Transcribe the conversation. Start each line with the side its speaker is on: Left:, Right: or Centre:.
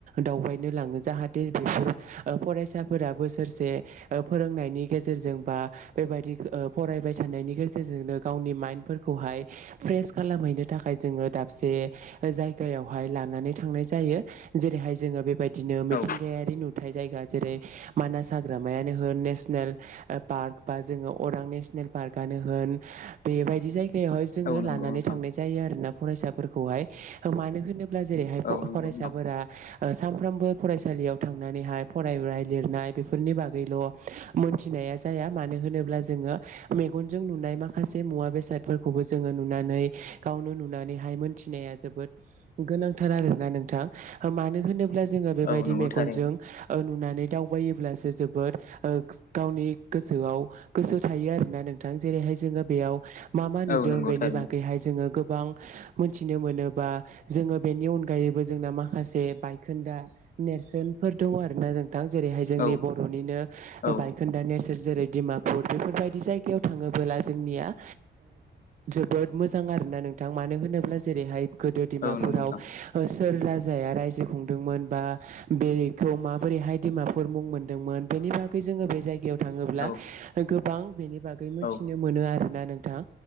Right: दावबायनो लाङो जाहाथे बेफोर ओ फराय फरायसाफोरा बोसोरसे ओ फोरोंनायनि गेजेरजों बा बेबायदि ओ फरायबाय थानायनायनि गेजेरजोंनो गावनि माइन्दफोरखौहाय फ्रेश खालामहैनो थाखाय जोङो दाबसे जायगायावहाय लानानै थांनाय जायो जेरैहाय जोङो बेबायदिनो मिथिंगायारि
Left: औ
Right: नुथाय जायगा जेरै मानास हाग्रामायानो हो नेसनेल पार्क बा जोङो अरां नेसनेल पार्कनो होन बेबायदि जायगायावहाय जोङो
Left: औ नंगौ
Right: लानानै
Left: नोंथां
Right: थांनाय जायो आरोना फरायसाफोरखौहाय मानो होनोब्ला जेरैहाय
Left: औ नंगौ
Right: फरायसाफोरा
Left: नोंथां
Right: सानफ्रोमबो फरायसालियाव थांनानैहाय फरायनाय लिरनाय बेफोरनि बागैल' मोनथिना या जाया मानो होनोब्ला जोङो मेगनजों नुनाय माखासे मुवा बेसादफोरखौबो जोङो नुनानै गावनो नुनानैहाय मोन्थिनाया जोबोद गोनांथार आरोना नोंथां मानो होनो ब्ला जोङो बेबायदि
Left: औ नंगौ
Right: मेगनजों
Left: थारैनो
Right: ओ नुनानै दावबायोब्लासो जोबोद गावनि गोसोआव गोसो थायो आरो नोंथां जेरैहाय जोङो बेयाव मा मा नुदोंं
Left: औ नंगौ
Right: बेनि
Left: थारैनो
Right: बागैहाय जोङो गो गोबां मोनथिनो मोनो बा जोङो बेनि अनगायैबो जोंना माखासे बायखोन्दा नेरसोनफोर दं आरो ना जों दा जेरैहाय जोंनि
Left: औ
Right: बर'निनो
Left: औ
Right: बायखोन्दा नेेरसोन जेरै डिमापुर बेफोरबायदि जाय गायाव थाङोबोला जोंनिया जोबोद मोजां आरोना नोंथां मानो होनोब्ला जेरैहाय गोदो दिमाफुराव
Left: नंगौ नोंथां
Right: सोर राजाया रायजो खुंदोंमोन बा बेखौ माबोरैहाय दिमाफोर मुं मोनदोंमोन बे नि बागै जों बे जायगायाव थाङोब्ला
Left: औ
Right: गोबां बेनि बागै मोनथिनो
Left: औ
Right: मोनो आरोना नोंथां,